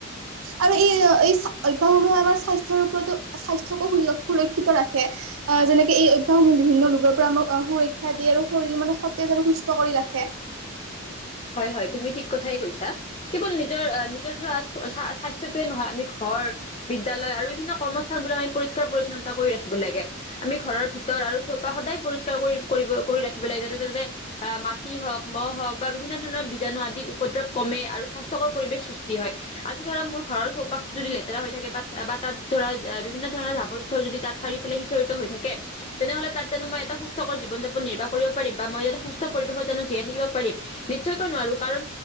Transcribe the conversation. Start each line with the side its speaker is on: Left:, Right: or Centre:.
Right: আৰু এই এই অভ্যয়াসসমূহে আমাৰ স্বাস্থ্যৰ ওপৰতো। স্বাস্থ্যকো সুৰক্ষিত ৰাখে আহ যেনেকে এই অভ্যয়াসসমূহে বিভিন্ন ৰোগৰ পৰা আমাক সুৰক্ষা দিয়ে। শৰীৰ মানে সতেজ আৰু সুস্থ কৰি ৰাখে।
Left: হয় হয় তুমি ঠিক কথাই কৈছা। কেৱল নিজৰ নিজৰ ধৰা স্বাস্থ্যৰ টোয়ে নহয় আমি ঘৰ বিদ্যয়ালয় আৰু বিভিন্ন কৰ্মস্থান, সদাই আমি পৰিষ্কাৰ পৰিচ্ছন্নতা কৰি ৰাখিব লাগে আমি ঘৰৰ ভিতৰ আৰু চৌপাশ সদাই পৰিষ্কাৰ কৰিব কৰি ৰাখিব লাগে যাতে তোতে অ মাখি হওক মহ হওক বা, বিভিন্ন ধৰণৰ বীজাণু আদিৰ উপদ্ৰৱ কমে আৰু স্বাস্থ্যকৰ পৰিৱেশ সৃষ্টি হয় আজি ধৰা মোৰ ঘৰৰ চৌপাশটো, দি লেতেৰা হৈ থাকে বা তাত ধৰা বিভিন্ন ধৰণৰ জাবৰ জোথৰ যদি তাত চাৰিওফালে সিচৰি হৈ থাকে। তেনেহ'লে তাত জানো মই এটা সুস্থকৰ জীৱন যাপন নিৰ্বাহ কৰিব পাৰিম বা মই যেতে সুস্থ পৰিৱেশত জানো জীয়াইাকিব পাৰিম। নিশ্চয়কৈ নোৱাৰো কাৰণ